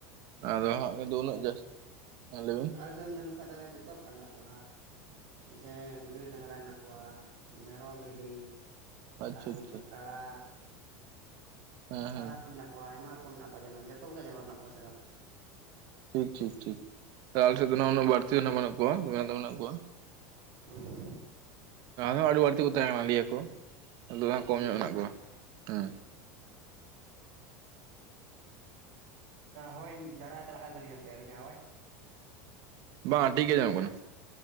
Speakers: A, on the right; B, on the right.
A: ᱟᱫᱚ ᱦᱟᱸᱜ ᱩᱱᱟᱹᱜ ᱡᱟᱹᱛᱤ ᱞᱟᱹᱭ ᱵᱤᱱ
B: ᱟᱯᱮ ᱥᱮᱫ ᱧᱮᱞ ᱞᱮᱠᱷᱟᱱᱡ ᱫᱚ ᱡᱚᱛᱚ ᱞᱮᱠᱟ ᱢᱮᱱᱟᱜ ᱠᱚᱣᱟ ᱥᱮ ᱜᱟᱹᱭ ᱰᱟᱝᱜᱨᱟ ᱦᱮᱱᱟᱜ ᱠᱚᱣᱟ ᱢᱮᱨᱚᱢ ᱵᱷᱤᱰᱤ
A: ᱟᱪᱪᱷᱟ
B: ᱟᱨ ᱦᱩᱭᱩᱜ
A: ᱟᱪᱪᱷᱟ
B: ᱠᱟᱱᱟ ᱠᱟᱲᱟ
A: ᱦᱮᱸ
B: ᱠᱟᱲᱟ
A: ᱦᱮᱸ
B: ᱠᱚ ᱢᱮᱱᱟᱜ ᱠᱚ ᱠᱚᱣᱟ ᱟᱭᱢᱟ ᱨᱚᱠᱚᱢ ᱢᱮᱱᱟᱜ ᱠᱚᱣᱟ ᱡᱟᱱᱚ ᱡᱚᱛᱚ ᱞᱮᱠᱟ ᱡᱟᱱᱣᱟᱨ ᱢᱮᱱᱟᱜ ᱠᱚᱣᱟ ᱥᱮᱫ ᱫᱚ
A: ᱴᱷᱤᱠ ᱴᱷᱤᱠ ᱴᱷᱤᱠ ᱛᱚ ᱟᱞᱮᱥᱮᱫ ᱫᱚ ᱩᱱᱟᱹᱜ ᱵᱟᱹᱲᱛᱤ ᱦᱟᱜ ᱵᱟᱱᱩᱜ ᱠᱚᱣᱟ ᱢᱮᱱᱟᱜ ᱫᱚ ᱢᱮᱱᱟᱜ ᱠᱚᱣᱟ
B: ᱦᱩᱸ ᱦᱩᱸ
A: ᱩ ᱟᱰᱤ ᱵᱟᱲᱛᱤ ᱠᱚ ᱛᱟᱦᱮ ᱠᱟᱱᱟ ᱞᱟᱹᱭ ᱟᱠᱚ ᱟᱫᱚ ᱚᱱᱟ ᱠᱚᱢ
B: ᱦᱩᱸ
A: ᱧᱚᱜ ᱢᱮᱱᱟᱜ ᱠᱚᱣᱟ ᱦᱩᱸ
B: ᱦᱳᱭ ᱫᱷᱟᱨᱟ ᱪᱟᱞᱟᱜ ᱠᱟᱱ ᱛᱟᱞᱤᱧᱟ ᱥᱮ ᱟᱹᱞᱤᱧᱟᱜ ᱟᱣᱟᱡ
A: ᱵᱟᱝᱟ ᱴᱷᱤᱠ ᱜᱮ ᱟᱡᱚᱢᱚᱜ ᱠᱟᱱᱟ